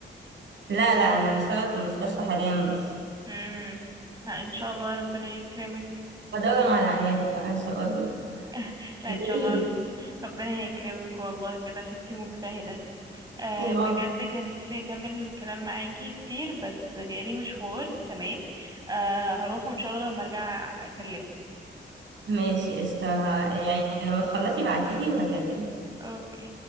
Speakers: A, on the right (about 75°); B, on the right (about 20°).
A: لا لا أنا بشتغل في المستشفى حاليا بس
B: امم لا ان شاء الله ربنا يكرمك
A: بدور
B: مم.
A: على عيادة بقى إن شاء الله
B: <laughs> لا
A: ادعيلي
B: ان شاء الله ربنا هيكرمك والله بجد عشان انتي مجتهدة آه
A: يا
B: بجد
A: رب
B: كان نفسي اكمل الكلام معاكي كتير بس جالي مشوار تمام آه هروح وان شاء الله لما ارجع اكلمك
A: ماشي قشطة يعني لما تخلصي بعتيلي وهكلمك
B: اوكي